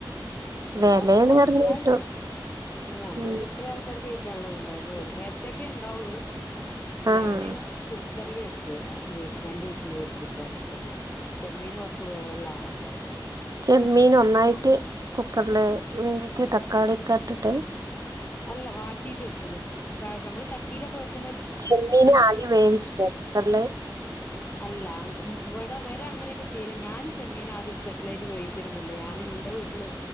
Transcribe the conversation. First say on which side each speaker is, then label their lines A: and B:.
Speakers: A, on the left; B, on the right.
A: ഇവടെ
B: വെലേണ്
A: അത്യാവശ്യൊ
B: പറഞ്ഞ് കേട്ടു
A: ഞമ്മളിപ്പോ
B: ഉം
A: ഇത്രേ ആൾക്കാര് കഴി ക്കാള്ളത്ണ്ടായിരുന്നു ഒരു നേരത്തേക്കേ ഇണ്ടാവൊള്ളൂ
B: ആഹ്
A: ഞാന് കു ക്കറില് വെച്ച് <unintelligible> രണ്ട് വിസില് വെര്ത്തിച്ചാ കുക്കറില് ചെമ്മീന് കൊറച്ച് വേവ്ള്ളാണല്ലോ
B: ചെമ്മീന് ഒന്നായിട്ട് കുക്കറില് വേവിക്ക് തക്കാളിയൊക്കട്ടിട്ട്
A: അല്ല വാട്ടീട്ട് വെച്ചത് കാ ഞമ്മള് ചട്ടീലൊക്കെ വെക്
B: ചെമ്മീന് ആദ്യം വേവിച്ചൂലേ കുക്കറില്
A: അല്ല അങ്ങ് ഉം ഇവടവര് അങ്ങനെക്കെ ചെയ്യല് ഞാന് ചെമ്മീനാദ്യം സ്പെഷ്യലായിറ്റ് വേവിക്കലൊന്നുല്ല ഞാനെന്റെ വീട്ടില്